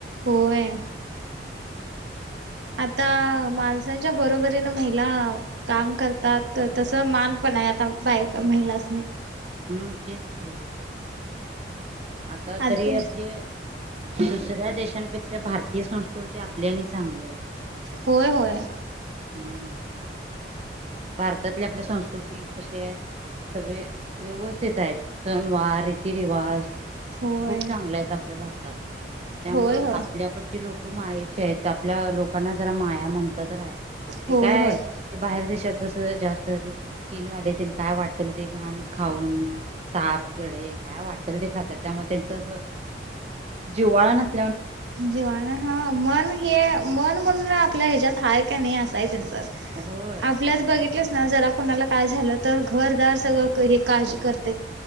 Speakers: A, on the right; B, on the right.
A: होय. आता माणसांच्या बरोबरीन महिला काम करतात तस मान पण हाय. आता बाय महिलासनी
B: हम्म तेच की आता
A: आ
B: तरी
A: ते
B: आपली दुसऱ्या देशांपेक्षा भारतीय संस्कृती ती आपली आणी चांगलीय
A: होय होय
B: हम्म. भारतातली आपल्या संस्कृती कशी हाय सगळी व्यवस्थित आय सन वार रिती रिवाज
A: होय
B: खूप चांगले आहेत आपल्या भारतात त्यामुळं
A: होय होय
B: आपल्याकडची लोक माये ची य त आपल्या लोकांना जरा माया ममता तर हाय ते
A: होय
B: काय
A: होय
B: ते बाहेर देशात कसं जास्त ते चीनवाले तन काय वाटलं ते घाण खाऊन साप, कीडे काय वाटलं ते खात्यात त्यामुळे त्यांचं असं जिवाळां नसत
A: जीवाण हा मन हे मन म्हणून आपल्या ह्याच्यात हाय का नाही असाय त्यांच
B: होय
A: आपल्यात बघित ना जर आपणाला काय झालं तर घरदार सगळ हे काळजी करते